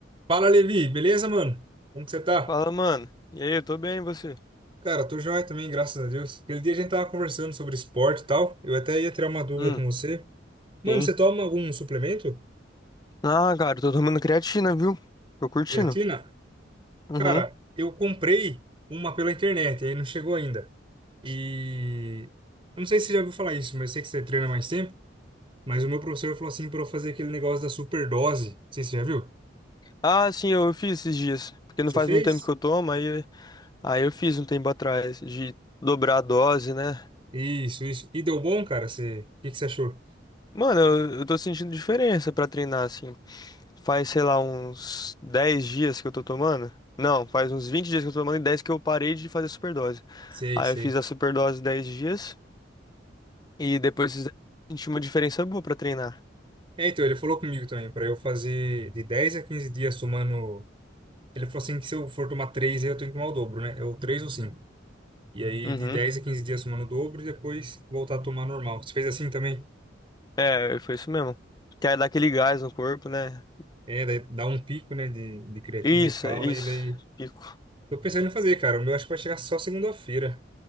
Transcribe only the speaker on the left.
Fala, mano. E aí, eu tô bem, e você?
Hum,
sim.
Ah, cara, eu tô tomando creatina, viu? Tô curtindo.
Uhum.
Ah, sim, eu fiz esses dias. Porque
não faz
muito tempo que eu tomo, aí, aí eu fiz um tempo atrás de dobrar a dose, né?
Mano, eu, eu tô sentindo diferença pra treinar, assim. Faz, sei lá, uns 10 dias que eu tô tomando. Não, faz uns 20 dias que eu tô tomando e 10 que eu parei de fazer superdose.
Aí
eu fiz a superdose 10 dias e depois senti uma diferença boa pra treinar.
Uhum.
É, foi isso mesmo. Quer dar aquele gás no corpo, né?
Isso,
é isso.
Pico.